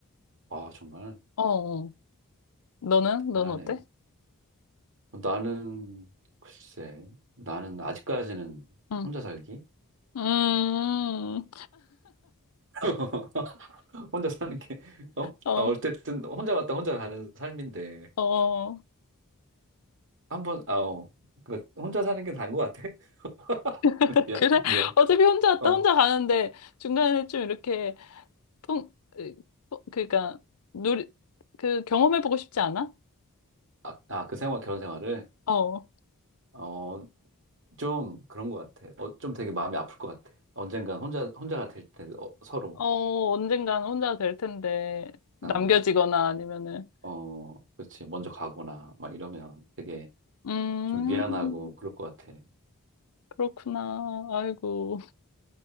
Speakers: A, on the right; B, on the left.
A: 아, 정말
B: 어, 어. 너는? 너는
A: 대단하네.
B: 어때?
A: 어, 나는, 글쎄, 나는 아직까지는
B: 응.
A: 혼자 살기?
B: 음,
A: <laughs> 혼자 사는 게, 어?
B: 어,
A: 아, 어쨌든 혼자 왔다 혼자 가는 삶인데,
B: 어.
A: 한 번, 아, 어. 그러니까 혼자 사는 게 나은 것 같아? <laughs>
B: <laughs>
A: 미안,
B: 그래?
A: 미안.
B: 어차피 혼자 왔다
A: 어.
B: 혼자 가는데 중간에 좀 이렇게 통, 으, 어, 그러니까 누리, 그 경험해보고 싶지 않아?
A: 아, 아, 그 생활, 결혼 생활을,
B: 어,
A: 어, 좀 그런 것 같아. 어, 좀 되게 마음이 아플 것 같아. 언젠가 혼자, 혼자가 될 때, 어, 서로.
B: 어, 언젠간 혼자 될 텐데 남겨지거나
A: 어,
B: 아니면은.
A: 어, 그렇지. 먼저 가거나 막 이러면 되게
B: 음,
A: 좀 미안하고
B: 음,
A: 그럴 것 같아.
B: 그렇구나. 아이고.